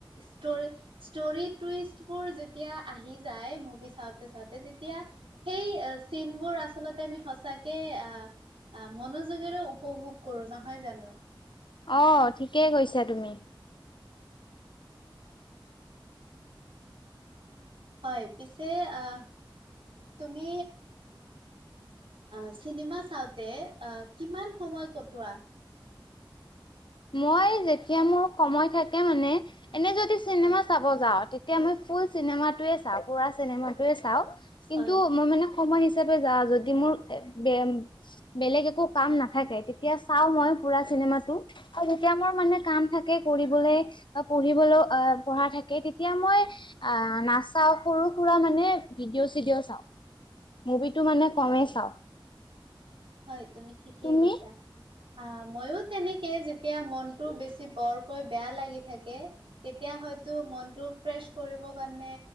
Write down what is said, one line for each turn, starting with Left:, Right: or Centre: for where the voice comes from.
Right: ষ্টৰি। ষ্টৰি টুইষ্টবোৰ যেতিয়া আহি যায়, মুভি চাওঁতে চাওঁতে তেতিয়া সেই চিনবোৰ আচলতে আমি সঁচাকে আ মনোযোগেৰে উপভোগ কৰোঁ নহয় জানোঁ?
Left: অ' ঠিকেই কৈছা তুমি।
Right: হয়, পিছে আ তুমি আ' চিনেমা চাওঁতে আ' কিমান সময় কটোৱা?
Left: মই যেতিয়া মোৰ সময় থাকে মানে এনে যদি চিনেমা
Right: হয়
Left: চা ব যাও। তেতিয়া মই ফুল চিনেমাটোৱে চাওঁ। পুৰা চিনেময়ে চাওঁ। কিন্তু
Right: হয়
Left: মই মানে সময় হিচাপে যা যদি মোৰ বে বেলেগ একো কাম নাথাকে, তেতিয়া চাওঁ মই পুৰা চিনেমাটো। আৰু যেতিয়া মোৰ মানে কাম থাকে কৰিবলৈ বা পঢ়িবলৈও অ' পঢ়া থাকে। তেতিয়া মই অ' নাচাও সৰু সুৰা মানে ভিডিঅ' চিডিঅ' চাওঁ। মুভিটো মানে কমেই চাওঁ।
Right: হয়, তুমি ঠিকেই
Left: তুমি?
Right: কৈছা, আহ মইয়ো তেনেকে যে তিয়া মনটো বেছি বৰকৈ বেয়া লাগি থাকে, তেতিয়া হয়তো মনটো ফ্ৰেছ কৰিবৰ কাৰণে,